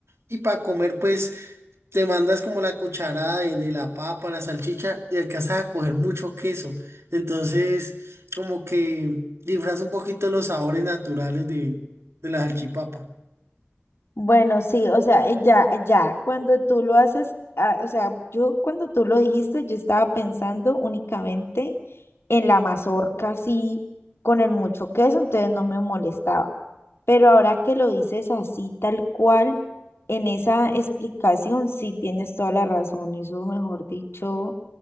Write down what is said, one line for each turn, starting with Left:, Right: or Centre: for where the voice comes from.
Right: Y para comer, pues te mandas como la cucharada de, de la papa, la salchicha y alcanzas a coger mucho queso. Entonces, como que disfraza un poquito los sabores naturales de, de la salchipapa.
Left: Bueno, sí, o sea, eh, ya, ya, cuando tú lo haces, ah, o sea, yo cuando tú lo dijiste, yo estaba pensando únicamente en la mazorca, así, con el mucho queso, entonces no me molestaba. Pero ahora que lo dices así, tal cual, en esa explicación, sí tienes toda la razón, eso, mejor dicho,